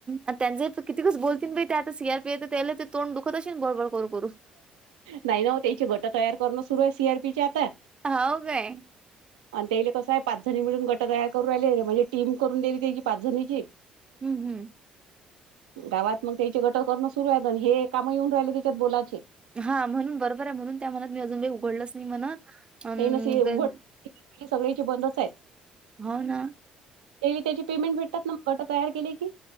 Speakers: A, on the right; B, on the right.
A: ह त्यांचे कितीकच बोलतील ते आतात्या तर सी आर पी त्या तोंड दुखत असेल बरो <unintelligible> करून
B: नाही ना वो त्याची गट तयार करणं सुरु आहे सी आर पी आता.
A: हाव काय?
B: आणि त्याले कसं आहे पाच जणी मिळून गट तयार करू राहिले म्हणजे टीम करून दिली त्याची पाच जणीची.
A: हम्म हम्.
B: गावात मग त्याचे गटं करणं सुरु आहे आणि हे काम येऊन राहिले त्याच्यात बोलाचे.
A: हा म्हणून बरोबर आहे म्हणून त्या म्हणून अजूनही उघडलच नाही म्हणत. अन
B: ते नसे हे उघड सगळे ची बंदच आहेत.
A: हो ना
B: ते बी त्याची पेमेंट भेटतात ना म गट तयार केली की